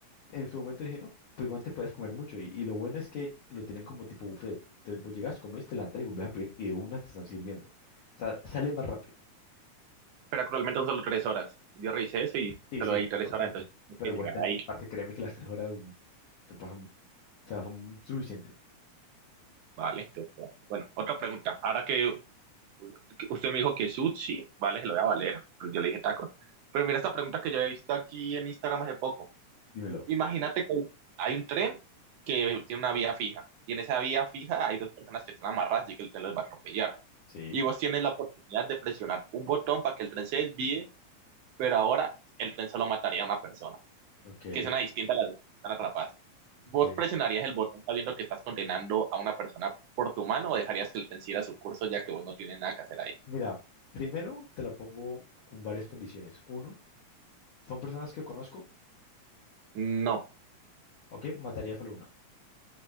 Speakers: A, on the left; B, on the right.
A: en su momento dije, no, pues igual te puedes comer mucho. Y, y lo bueno es que lo tienen como tipo buffet. Entonces vos llegas, comes, te levantas y volvés a pedir y de una te están sirviendo. O sea, sale más rápido.
B: Pero actualmente son solo tres horas. Yo revisé eso y
A: Sí,
B: solo
A: sí,
B: hay
A: fue
B: tres
A: por tiempo.
B: horas, entonces tengo
A: Pero
B: que
A: igual,
B: llegar
A: también,
B: ahí.
A: parce, créeme que las tres horas te pasan, o sea, son suficientes.
B: Vale. entonces, bueno, bueno, otra pregunta. Ahora que que usted me dijo que sushi, vale, se lo voy a valer. pero Yo le dije tacos. Pero mira esta pregunta que yo he visto aquí en Instagram hace poco.
A: Dímelo.
B: Imagínate que hay un tren que tiene una vía fija. Y en esa vía fija hay dos personas que están amarradas y que el tren los va a atropellar.
A: Sí,
B: Y vos tienes la oportunidad de presionar un botón para que el tren se desvíe pero ahora el tren solo mataría a una persona,
A: ok,
B: que es una distinta a las dos que están atrapadas. ¿Vos
A: ok.
B: presionarías el botón sabiendo que estás condenando a una persona por tu mano o dejarías que el tren siguiera su curso ya que vos no tienes nada que hacer ahí?
A: Mira, primero te la pongo con varias condiciones. Uno, son personas que conozco,
B: No,
A: ok, mataría solo una.